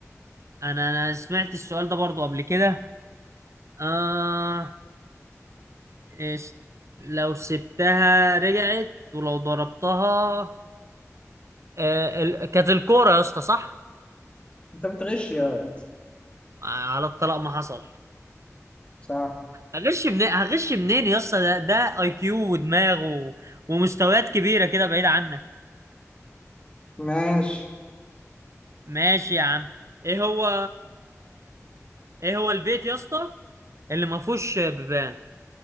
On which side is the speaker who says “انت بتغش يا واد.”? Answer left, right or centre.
Left